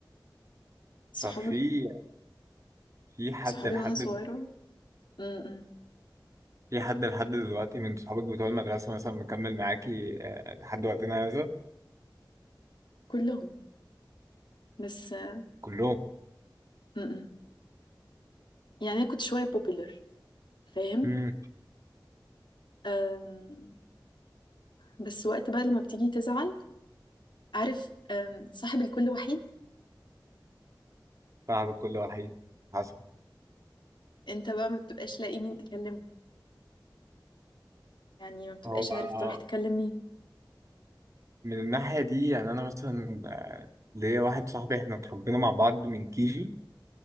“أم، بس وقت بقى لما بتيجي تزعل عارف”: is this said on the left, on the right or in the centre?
Left